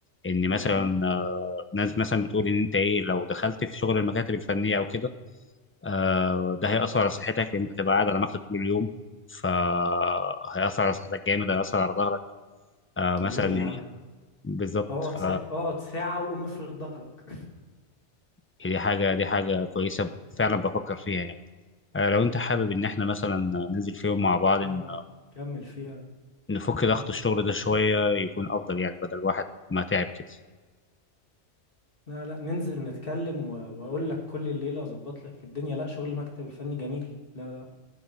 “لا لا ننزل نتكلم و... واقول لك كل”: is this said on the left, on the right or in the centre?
Left